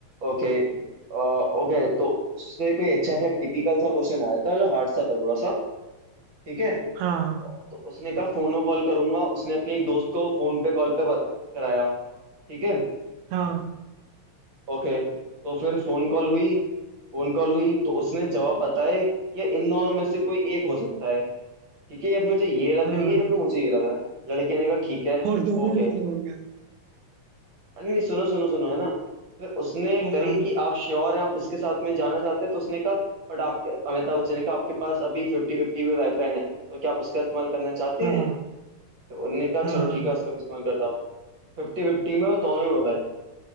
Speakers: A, on the right; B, on the right.
A: ओके अ, ओके तो उससे कोई अच्छा सा टिपिकल सा क्वेश्चन आया था मतलब हार्ड सा था थोड़ा सा ठीक है
B: हाँ
A: तो उसने कहा फोन में कॉल करूंगा उसने अपने एक दोस्त को फोन पे कॉल पे बात कराया ठीक है
B: हाँ
A: ओके तो फिर फोन कॉल हुई फोन कॉल हुई तो उसने जवाब बताए ये इन दोनों में से कोई एक हो सकता है ठीक है ये मुझे ये लग
B: हाँ
A: रही है या फिर मुझे ये लग रहा है लड़के ने कहा ठीक है
B: और दोनों
A: ओके
B: नहीं होंगे
A: हाँ, नहीं नहीं सुनो सुनो सुनो है ना फिर उसने
B: हाँ
A: करी कि आप श्योर हैं आप इसके साथ में जाना चाहते हैं तो उसने कहा बट आपके अमिताभ बच्चन ने कहा आपके पास अभी फिफ्टी फिफ्टी भी लाइफ लाइन है तो क्या आप उसका इस्तेमाल करना चाहते
B: हाँ
A: हैं तो उन्होंने कहा
B: हाँ
A: चलो
B: हाँ
A: ठीक
B: हाँ
A: है उसका भी इस्तेमाल करता हूँ फिफ्टी फिफ्टी में वो दोनों ही उड़ गए